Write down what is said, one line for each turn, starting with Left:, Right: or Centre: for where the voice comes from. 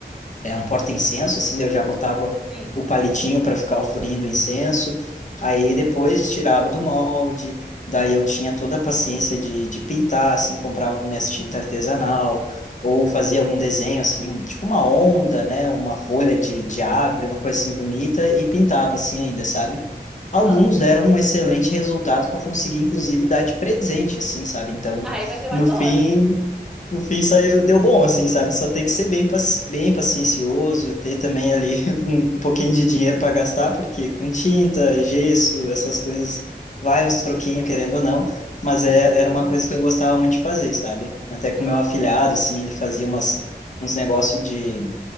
Left: é um porta-incenso, assim, daí eu já botava
Centre: sim.
Left: o palitinho para ficar o furinho do incenso, aí depois tirava do molde, daí eu tinha toda a paciência de, de pintar, assim, comprava minhas tinta artesanal, ou fazia algum desenho, assim, um- tipo uma onda, né, uma folha de, de árvore, uma coisa assim bonita, e pintava, assim, ainda, sabe? Alguns
Centre: Ah,
Left: deram um excelente resultado que eu consegui, inclusive, dar de presente, assim, sabe? Então,
Centre: Ai, mas eu
Left: no
Centre: adoro,
Left: fim,
Centre: tipo.
Left: no fim saiu, deu bom, assim, sabe? Só tem que ser bem, paci- bem paciencioso, ter também ali <laughs> um, um pouquinho de dinheiro para gastar, porque com tinta, gesso, essas coisas, vai uns troquinhos, querendo ou não, mas é, era uma coisa que eu gostava muito de fazer, sabe? Até com
Centre: Não,
Left: meu afilhado, assim, ele fazia umas, uns negócios de